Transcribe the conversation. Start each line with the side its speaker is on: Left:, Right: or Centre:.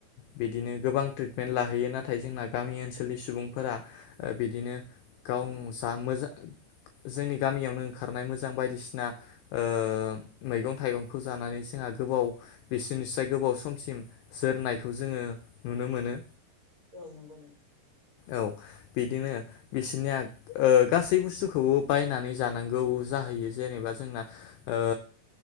Left: बिदिनो गोबां ट्रिटमेन्ट लाहैयो नाथाय जोंना गामि ओनसोलनि सुबुंफोरा ओ बिदिनो गाव जा मोजां जोंनि गामियावनो ओंखारनाय मोजां बायदिसिना ओ मैगं थाइगंखौ जानानै जोंहा गोबाव बिसोरनिसाय गोबाव समसिम जोरनायखौ जोङो नुनो मोनो।
Right: औ नंगौ नोंथां।
Left: औ बिदिनो बिसोनिया ओ गासै बुस्थु खौबो बायनानै जानांगौ जाहैयो जेनेबा जोंना ओ